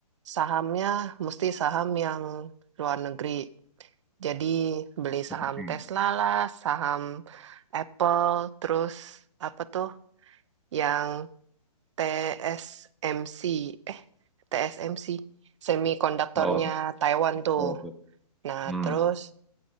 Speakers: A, on the right; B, in the centre.
A: sahamnya mesti saham yang luar negeri. Jadi beli
B: Seperti.
A: saham Tesla lah, saham Apple, terus apa tuh yang TSMC, eh TSMC, semikonduktornya
B: Oh,
A: Taiwan
B: betul,
A: tuh.
B: betul.
A: Nah,
B: Hmm.
A: terus